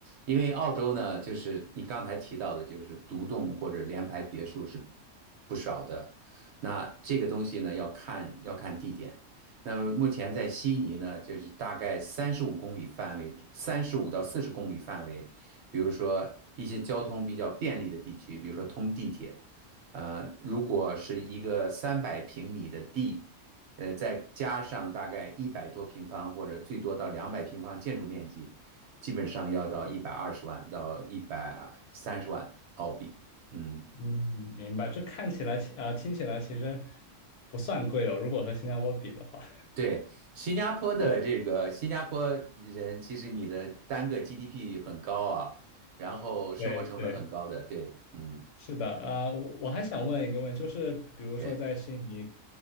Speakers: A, on the right; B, on the left.
A: 因为澳洲呢，就是你刚才提到的，就是独栋或者联排别墅是不少的。那这个东西呢，要看要看地点。那么目前在悉尼呢，就是大概三十五公里范围，三十五到四十公里范围，比如说一些交通比较便利的地区，比如说通地铁，呃，如果是一个三百平米的地。呃，再加上大概一百多平方或者最多到两百平方建筑面积，基本上要到一百二十万到一百三十万澳币。嗯，
B: 嗯，明白。这看起来啊，听起来其实不算贵哦，如果和新加坡比的话。
A: 对，新加坡的这个新加坡人，
B: 哦，
A: 其实你的单个 GDP 很高啊，然后生活成本很高的，
B: 对对，
A: 对，嗯，
B: 是的，呃，我我还想问一个问题，就是比如说在悉尼
A: 对。